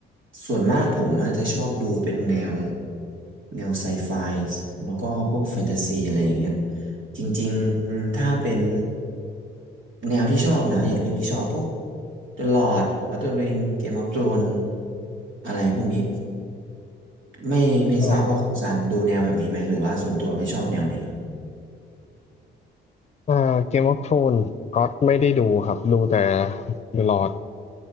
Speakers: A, on the right (about 75°); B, on the left (about 35°).
A: ส่วนมากผมอาจจะชอบดูเป็นแนวแนวไซไฟแล้วก็พวกแฟนตาซีอะไรอย่างเงี้ยจริงๆอืมถ้าเป็นแนวที่ชอบนะอย่างเรื่องที่ชอบพวก The Lord l o f the Ring Game of Thrones อะไรพวกนี้ไม่ไม่ทราบว่าคุณซันดูแนวแบบนี้ไหมหรือว่าส่วนตัวไปชอบแนวไหนเหรอ
B: อ่าอ่าเกมออฟโทรนก็ไม่ได้ดูครับดูแต่หลอด